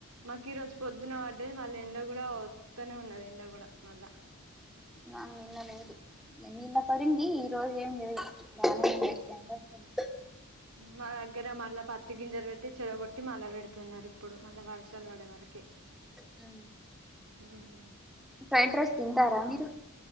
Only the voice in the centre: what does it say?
నాగ్ నిన్న లేదు నిన్న పడింది ఈరోజు ఏమి లేదు బాగానే ఎండ వస్తుంది
ఉ
ఫ్రైడ్ రైస్ తింటారా మీరు